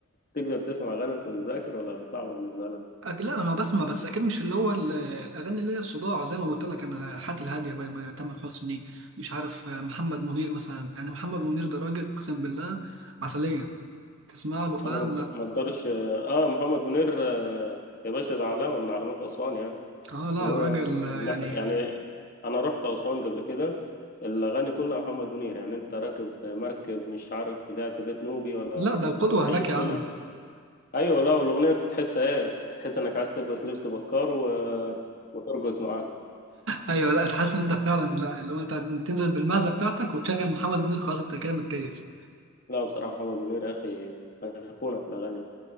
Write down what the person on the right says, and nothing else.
أك- لا انا بسمع بس اكيد مش اللي هو ال- الاغاني اللي هي الصداع زي ما قلت لك انا حياتي الهاديه بقى بقى تامر حسني مش عارف آه، محمد منير مثلا يعني محمد منير ده راجل اقسم بالله عسليه تسمع له فاهم
لا
اه لا
راجل آه،
يعني
لا ده القدوه
هناك
يا
عم
ايوه لا تحس ان انت فعلا لا اللي هو انت تنزل بالمعزه بتاعتك وتشغل محمد منير خلاص انت كده متكيف